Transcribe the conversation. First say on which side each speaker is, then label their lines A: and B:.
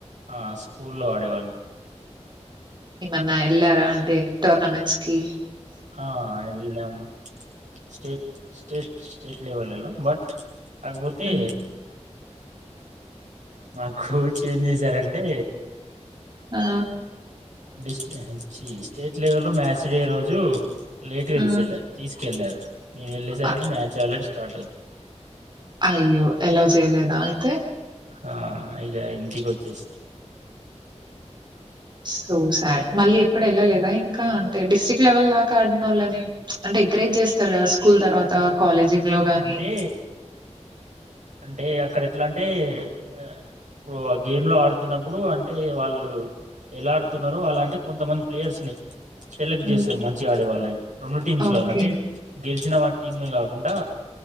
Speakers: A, on the right; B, on the right.
A: ఆ స్కూల్లో ఆడేవాన్ని
B: ఏమన్నా వెళ్లారా అంటే టోర్నమెంట్స్ కి
A: హా ఎల్లాం స్టేట్ స్టేట్ స్టేట్ లెవెల్ ఎల్లాం బట్ కాకపోతే
B: హ్మ్.
A: మాకు ఏం చేసారంటే
B: ఆ
A: డిస్టి ఇహా చి స్టేట్ లెవెల్ మ్యాచ్ డే రోజు లేట్గా
B: ఆ!
A: తీసేల్లా తీస్కెళ్ళారు. మేము వెళ్ళేసరికి
B: అ
A: మ్యాచ్ ఆల్రడి స్టా స్టార్ట్ అయింది.
B: అయ్యో అల్లౌ చేయలేదా అయితే
A: ఆ ఇగా ఇంటికి వచ్చేసినం.
B: సో సాడ్ మళ్ళీ ఎప్పుడు వెళ్ళలేదా ఇంకా అంటే డిస్ట్రిక్ట్ లెవెల్ దాకా ఆడినోళ్ళని అంటే ఎంకరేజ్ చేస్తరు కదా స్కూల్ తర్వాత కాలేజీ లో గాని
A: అంటే అంటే అక్కడ ఎట్లా అంటే, ఆ ఇప్పుడు ఆ గేమ్ లో ఆడుతున్నప్పుడు, అంటే వాళ్ళు ఎలా ఆడుతున్నారో వాళ్ళంటే కొంతమంది ప్లేయర్స్ని సెలెక్ట్
B: హ్మ్.
A: చేస్తరు మంచిగా ఆడే వాళ్ళని రెండు టీమ్స్లల్లా
B: ఓకే.
A: అంటే గెలిచిన వా టీమ్ల కాకుండా